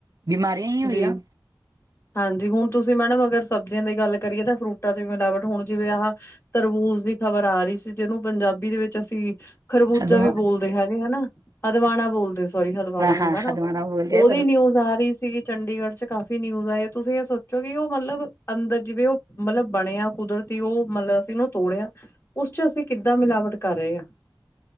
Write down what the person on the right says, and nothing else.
ਬਿਮਾਰੀਆਂ ਹੀ ਹੋਈਆਂ
ਹਦਵਾ
ਹਾਂ
ਹਦਵਾਣਾ ਬੋਲਦੇ